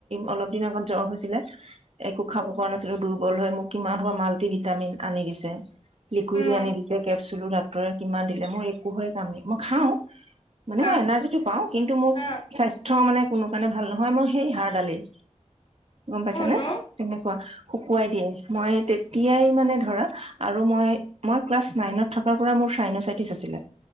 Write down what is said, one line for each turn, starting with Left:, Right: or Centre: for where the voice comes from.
Right: অলপ দিন আগত জ্বৰ হৈছিলে। একো খাব পৰা নাছিলো দুৰ্বল হৈ মোক কিমান সোপা মাল্টিভিটামিন আনি দিছে। লিকুইডো
Left: উম
Right: আনি দিছে কেপচুলো ডাক্তৰে কিমান দিলে মোৰ একোৰে হৈ কাম মই খাও মানে
Left: হা
Right: মই এনাৰ্জিটো পাওঁ কিন্তু মোক
Left: হা
Right: স্বাস্থ্যৰ মানে কোনো মানে ভাল নহয় মোৰ সেই হাড়ডালেই। গম পাইছানে
Left: অ ন
Right: তেনেকুৱা শুকুৱাই দিয়ে মই তেতিয়াই মানে ধৰা আৰু মই মই ক্লাছ নাইনত থকাৰ পৰা মোৰ চাইনাছাইটিছ আছিলে।